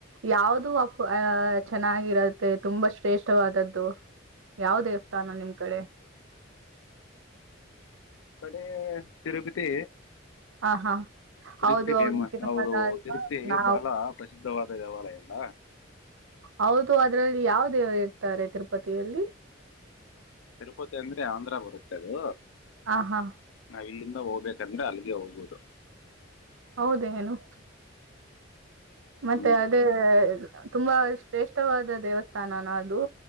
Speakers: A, on the right; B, on the left.
A: ಯಾವ್ದು ಅ ಚೆನ್ನಾಗಿರತ್ತೆ ತುಂಬಾ ಶ್ರೇಷ್ಠವಾದದ್ದು ಯಾವ ದೇವಸ್ಥಾನ ನಿಮ್ ಕಡೆ
B: ಕಡೆ ತಿರುಪತಿ
A: ಹ ಹಾ
B: ತಿರುಪ್ತಿ
A: ಹೌದು
B: ಫೇಮಸ್
A: ಹೌದು ತಿರುಮಲ
B: ಹೌದು
A: ಅಲ್ವಾ
B: ತಿರುತಿ
A: ನಾವು
B: ಬಹಳ ಪ್ರಸಿದ್ಧವಾದ ದೇವಾಲಯ ಅಲ್ಲ
A: ಹೌದು ಅದ್ರಲ್ಲಿ ಯಾವ ದೇವರು ಇರ್ತಾರೆ ತಿರುಪತಿಯಲ್ಲಿ.
B: ತಿರುಪತಿ ಅಂದ್ರೆ ಆಂಧ್ರ ಬರುತ್ತೆ. ತದು
A: ಆ ಹಾ
B: ನಾವ ಇಲ್ಲಿಂದ ಹೋಗ್ಬೇಕ. ಯಕಂದ್ರೆ ಅಲ್ಲಿಗೆ ಹೋಗ್ೋುದು.
A: ಹೌದೇ ನು. ಮತ್ತೆ
B: ಹ್ಮ್
A: ಅದೇ ತುಂಬಾ ಶ್ರೇಷ್ಠವಾದ ದೇವಸ್ಥಾನನಾ ಅದು